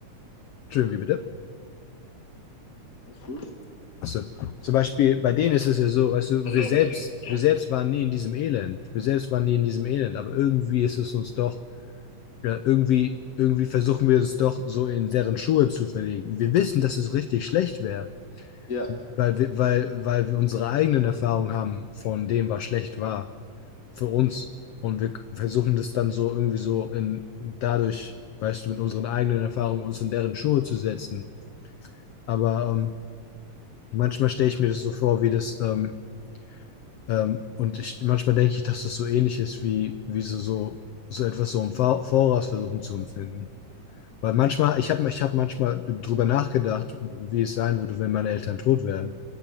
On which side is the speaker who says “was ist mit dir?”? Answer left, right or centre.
Left